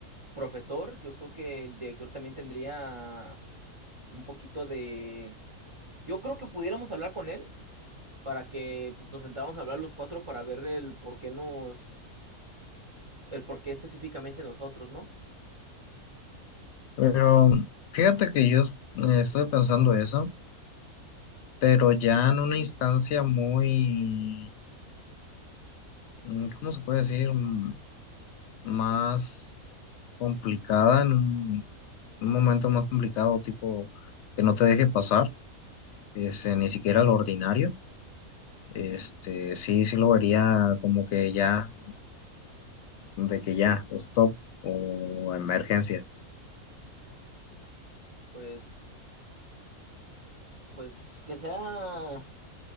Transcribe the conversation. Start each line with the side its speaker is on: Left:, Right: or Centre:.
Right: profesor, yo creo que el director también tendría un poquito de... Yo creo que pudiéramos hablar con él para que pues, nos sentáramos a hablar los cuatro para ver el por qué nos... el por qué específicamente nosotros, ¿no?
Left: Pero fíjate que yo eh, estoy pensando eso, pero ya en una instancia muy, mm, ¿cómo se puede decir? Mm, Más complicada, en un, un momento más complicado, tipo que no te deje pasar, este, ni siquiera lo ordinario. Este, sí, sí lo vería como que ya, de que ya, o stop, o emergencia.
Right: Pues... pues que sea...